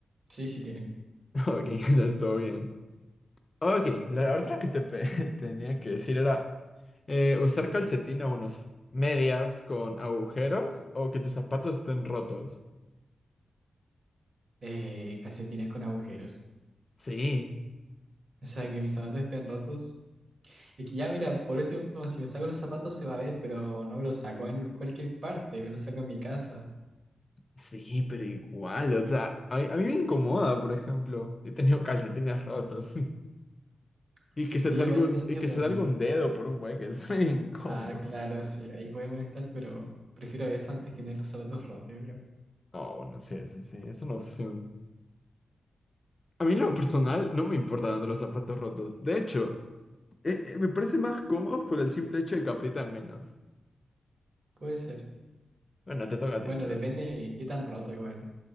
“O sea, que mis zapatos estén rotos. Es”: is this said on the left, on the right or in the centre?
Right